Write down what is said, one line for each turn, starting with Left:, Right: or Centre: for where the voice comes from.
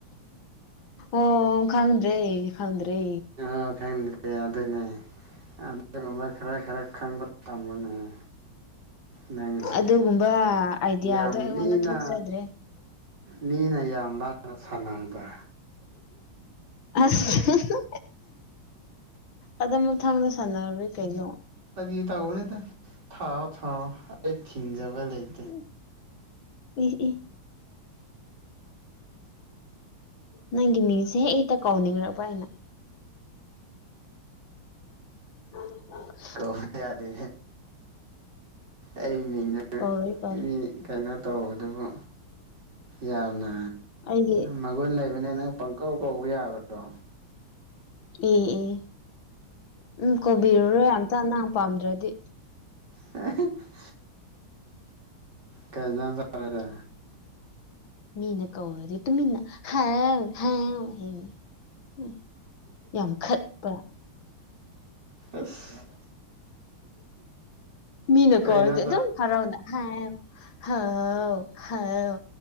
Left: ꯑꯣ ꯈꯪꯗ꯭ꯔꯦ ꯈꯪꯗ꯭ꯔꯦ
Right: ꯑ ꯈꯪꯗ꯭ꯔꯦ ꯑꯗꯨꯅꯦ ꯑꯗꯨꯒꯨꯝꯕ ꯈꯔ ꯈꯔ ꯈꯪꯕ ꯇꯝꯃꯨꯅꯦꯍꯦ ꯅꯪꯁꯤꯗꯤ
Left: ꯑꯗꯨꯒꯨꯝꯕ ꯑꯥꯏꯗꯤꯌꯥꯗꯣ
Right: ꯌꯥꯝ
Left: ꯑꯩꯉꯣꯟꯗ
Right: ꯃꯤꯅ
Left: ꯊꯣꯛꯆꯗ꯭ꯔꯦ
Right: ꯃꯤꯅ ꯌꯥꯝ ꯂꯥꯏꯅ ꯁꯥꯟꯅꯩꯗ
Left: ꯑꯁ ꯑꯗꯨ ꯃꯊꯪꯗ ꯁꯥꯟꯅꯔꯔꯣꯏ ꯀꯩꯅꯣ
Right: ꯐꯒꯤ ꯇꯧꯕꯅꯦꯗ ꯊꯥꯎꯑꯣ ꯊꯥꯎꯑꯣ ꯑꯩ ꯊꯤꯡꯖꯕ ꯂꯩꯇꯦ
Left: ꯍꯨꯝ ꯏ ꯏ ꯅꯪꯒꯤ ꯃꯤꯡꯁꯦ ꯑꯩ ꯍꯦꯛꯇ ꯀꯧꯅꯤꯡꯔꯛꯄ ꯑꯩꯅ <unintelligible>
Right: ꯀꯧꯕ ꯌꯥꯗꯦ ꯑꯩ ꯃꯤꯡꯗꯣ
Left: ꯀꯧꯔꯦ ꯀꯧꯔꯦ
Right: ꯃꯤ ꯀꯩꯅꯣ ꯇꯧꯕꯗꯨꯕꯨ ꯌꯥꯝꯅ
Left: ꯑꯩꯒꯤ
Right: ꯃꯒꯨꯟ ꯂꯩꯕꯅꯦ ꯅꯪ ꯄꯪꯀꯧ ꯀꯧꯕ ꯌꯥꯕ꯭ꯔꯣ
Left: ꯑꯦ ꯑꯦ ꯎꯝ ꯀꯧꯕꯤꯔꯔꯣꯏ ꯑꯝꯇ ꯅꯪ ꯄꯥꯝꯗ꯭ꯥꯔꯗꯤ
Right: <unintelligible> ꯀꯩ ꯏꯟꯖꯥꯡ ꯆꯥꯔꯒꯦ
Left: ꯃꯤꯅ ꯀꯧꯔꯗꯤ ꯇꯨꯃꯤꯟꯅ ꯍꯥꯎ ꯍꯥꯎ ꯍꯩ ꯍꯝ ꯌꯥꯝ ꯈꯠꯄ꯭ꯥꯔ
Right: ꯑꯁ
Left: ꯃꯤꯅ
Right: ꯀꯩ
Left: ꯀꯧꯔꯗꯤ
Right: ꯏꯟꯖꯥꯡ
Left: ꯑꯗꯨꯝ
Right: ꯆꯥ
Left: ꯍꯔꯥꯎꯅ ꯍꯥꯎ ꯍꯥꯎ ꯍꯥꯎ